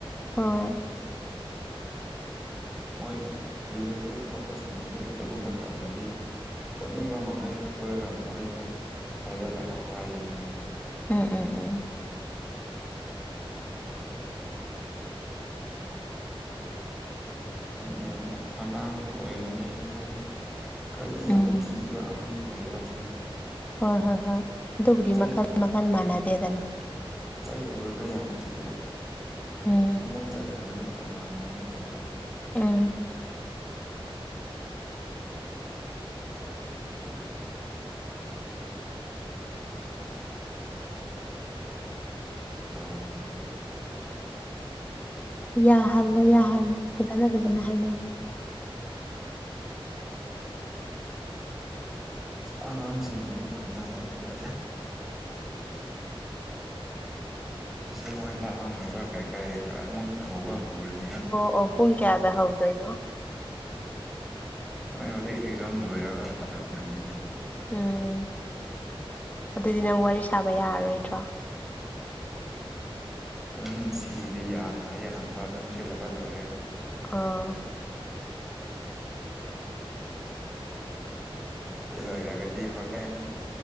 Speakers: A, on the left; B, in the centre.
A: ꯍꯣꯏ
B: ꯃꯣꯏꯒꯤ ꯔꯤꯂꯦꯇꯤꯞ ꯊꯣꯛꯄꯁꯤꯡꯅꯗꯤ ꯑꯗꯨꯒꯨꯝꯕ ꯇꯧꯔꯗꯤ ꯐꯨꯠꯅꯤꯡꯕ ꯃꯈꯩ ꯐꯨꯔꯒ ꯃꯣꯏꯗ ꯊꯥꯖꯤꯜꯂꯛꯎ ꯍꯥꯏꯔꯤꯅꯤꯅꯦ
A: ꯎꯝ ꯎꯝ ꯎꯝ
B: ꯈꯪꯗꯦꯗ ꯑꯉꯥꯡꯁꯨ ꯑꯣꯏꯕꯅꯤ ꯈꯔꯗꯤ ꯈꯔꯗꯤ ꯌꯥꯝ
A: ꯎꯝ
B: ꯀꯤꯕ ꯑꯉꯥꯡꯁꯨ ꯂꯩꯕ ꯇꯥꯏ
A: ꯍꯣꯏ ꯍꯣꯏ ꯍꯣꯏ ꯑꯗꯨꯕꯨꯗꯤ
B: ꯆꯩ
A: ꯃꯈꯟ ꯃꯈꯜ ꯃꯥꯟꯅꯗꯦꯗꯅ
B: ꯆꯩ ꯎꯔꯒ ꯌꯥꯝ ꯀꯤꯕ
A: ꯎꯝ
B: ꯑꯃꯨꯛ ꯆꯠꯈ꯭ꯔꯒꯅ ꯇꯣꯉꯥꯟꯅ ꯑꯃꯨꯛ ꯇꯧꯕ
A: ꯎꯝ
B: ꯌꯥꯅꯤ ꯌꯥ
A: ꯌꯥꯍꯜꯂꯣ ꯌꯥꯍꯜꯂꯣ ꯐꯖꯅ ꯐꯖꯅ ꯍꯥꯏꯅꯧ ꯫
B: ꯎꯝ ꯑꯉꯥꯡꯁꯤꯡ ꯑꯃꯨꯛ ꯂꯥꯛꯅꯕ ꯍꯧꯔꯦ ꯁꯤꯁꯦ ꯃꯣꯏ ꯂꯥꯡꯉꯒ ꯀꯔꯤ ꯀꯔꯤ ꯈꯔ ꯑꯃꯨꯛ ꯇꯧꯕ ꯍꯧꯔꯅꯤꯅ
A: ꯑꯣ ꯑꯣ ꯄꯨꯡ ꯀꯌꯥꯗ ꯍꯧꯗꯣꯏꯅꯣ
B: ꯃꯣꯏ ꯍꯧꯖꯤꯛ ꯑꯦꯛꯖꯥꯝ ꯂꯣꯏꯔꯒ ꯍꯜꯂꯛꯅꯔꯤꯅꯤ
A: ꯎꯝ ꯑꯗꯨꯗꯤ ꯅꯪ ꯋꯥꯔꯤ ꯁꯥꯕ ꯌꯥꯔꯔꯣꯏꯗ꯭ꯔꯣ
B: ꯑꯗꯨꯝ ꯁꯤꯗꯤ ꯌꯥꯅꯔ ꯌꯥꯅꯕꯔ ꯑꯗꯨꯝ ꯁꯤꯜꯂꯒ ꯂꯣꯏꯔꯦ
A: ꯑꯥ
B: ꯆꯂꯣꯔꯒꯗꯤ ꯍꯇꯦꯟ